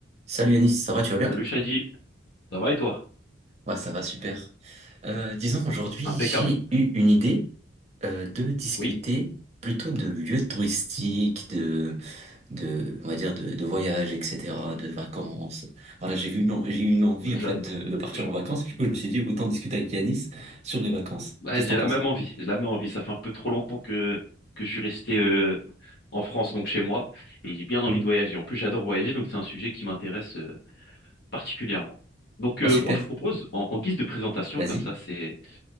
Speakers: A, on the right; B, on the left.
A: Salut Yanis, ça va, tu vas bien?
B: Salut Shadi, ça va et toi?
A: Ouais, ça va super. Euh, disons, aujourd'hui,
B: Impeccable.
A: j'ai eu une idée euh, de discuter
B: Oui,
A: plutôt de lieux touristiques, de, de, on va dire, de, de voyages, etc., de vacances. Voilà, j'ai vu, non, j'ai eu une envie,
B: j'ad-
A: en fait, de, de partir
B: j-
A: en vacances. Du coup, je me suis dit, autant discuter avec Yanis sur les vacances.
B: ouais,
A: Qu'est-ce
B: j'ai
A: que t'en
B: la
A: penses?
B: même envie. J'ai la même envie. Ça fait un peu trop longtemps que, que je suis resté euh, en France, donc chez moi, et j'ai bien envie
A: Mhm.
B: de voyager. En plus, j'adore voyager, donc c'est un sujet qui m'intéresse euh, particulièrement. Donc
A: Ouais,
B: euh,
A: super,
B: moi, je propose, en, en guise de présentation,
A: vas-y.
B: comme ça, c'est